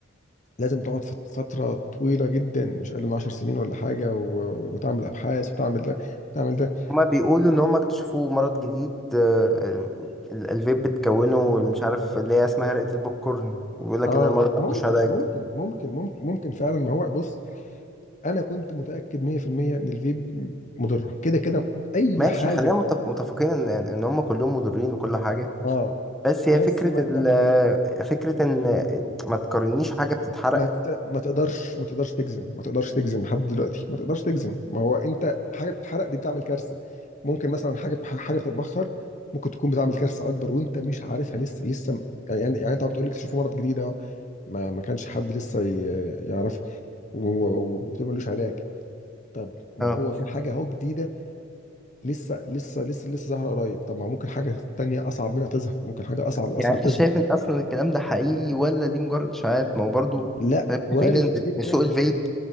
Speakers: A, on the left (about 35°); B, in the centre.
A: لازم تقعد في فتره طويله جدا مش اقل من 10 سنين ولا حاجه و- وتعمل ابحاث وتعمل ده وتعمل ده
B: هما بيقولوا ان هما اكتشفوا مرض جديد آه، ال- الفيب بتكونه مش عارف اللي هي اسمها هرقة البوب كورن وبيقول لك
A: اه
B: ان المرض ده
A: ممكن
B: مش علاج
A: ممكن ممكن ممكن ممكن فعلا ما هو بص انا كنت متاكد 100% ان الفيب مضره كده كده اي
B: ماشي
A: حاجه
B: خلينا متف- متفقين ان ان هم كلهم مضرين وكل حاجه
A: اه
B: بس هي
A: بس
B: فكره
A: ما
B: ال
A: ت...
B: فكره ان ما تقارنيش حاجه بتتحرق
A: ما ت... ما تقدرش ما تقدرش تجزم ما تقدرش تجزم لحد دلوقتي ما تقدرش تجزم ما هو انت حاجه بتتحرق دي بتعمل كارثه ممكن مثلا حاجه حاجه بتتبخر ممكن تكون بتعمل كارثه اكبر وانت مش عارفها لسه لسه يعني يعني انت بتقول لي اكتشفوا مرض جديد اهو ما ما كانش حد لسه ي- يعرفه و- و- وبتقول ملوش علاج طب ما
B: اه
A: هو في حاجه اهو جديده لسه لسه لسه لسه ظاهره قريب طب ما ممكن حاجه تانية اصعب منها تظهر ممكن حاجه اصعب واصعب
B: يعني انت
A: تظهر
B: شايف ان اصلا الكلام ده حقيقي ولا دي مجرد اشاعات ما هو برضه
A: لا
B: خلينا
A: وارد
B: متفقين ان
A: جدا
B: إن سوق الفيب